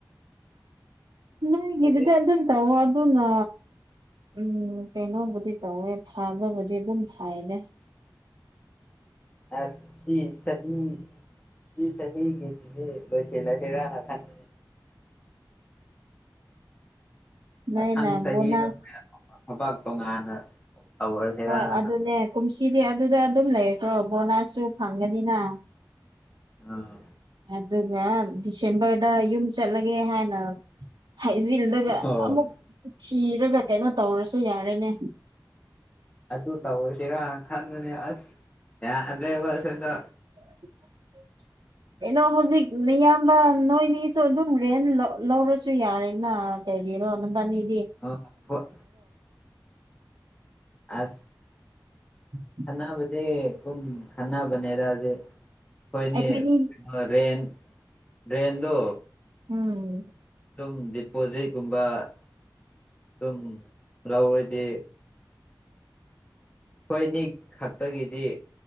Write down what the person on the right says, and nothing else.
ꯅꯣꯏꯒꯤꯗꯨꯗ
ꯑꯗꯨꯝ ꯇꯧꯑꯣ ꯑꯗꯨꯅ ꯎꯝ ꯀꯩꯅꯣꯕꯨꯗꯤ ꯇꯧꯋꯦ ꯐꯥꯕꯕꯨꯗꯤ ꯑꯗꯨꯝ ꯐꯩꯗ
ꯅꯣꯏꯅ
ꯕꯣꯅꯥꯁ
ꯍꯣꯏ ꯑꯗꯨꯅꯦ
ꯀꯨꯝꯁꯤꯗꯤ ꯑꯗꯨꯗ ꯑꯗꯨꯝ ꯂꯩꯈꯔꯣ ꯕꯣꯅꯥꯁꯁꯨ ꯐꯪꯒꯅꯤꯅ
ꯑꯗꯨꯒ ꯗꯤꯁꯦꯝꯕꯔꯗ ꯌꯨꯝ ꯆꯠꯂꯒꯦ ꯍꯥꯏꯅ ꯍꯥꯏꯖꯤꯜꯂꯒ
ꯑꯃꯨꯛ ꯊꯤꯔꯒ ꯀꯩꯅꯣ ꯇꯧꯔꯁꯨ ꯌꯥꯔꯦꯅꯦ
<unintelligible> ꯀꯩꯅꯣ ꯍꯧꯖꯤꯛ ꯅꯌꯥꯝꯕ ꯅꯣꯏꯅꯤꯁꯨ ꯑꯗꯨꯝ ꯔꯦꯟ ꯂꯧꯔꯁꯨ ꯌꯥꯔꯦꯅ ꯀꯩꯒꯤꯔꯣ ꯅꯕꯅꯤꯗꯤ
ꯎꯝ <unintelligible>
ꯑꯩꯈꯣꯏꯅꯤ
ꯎꯝ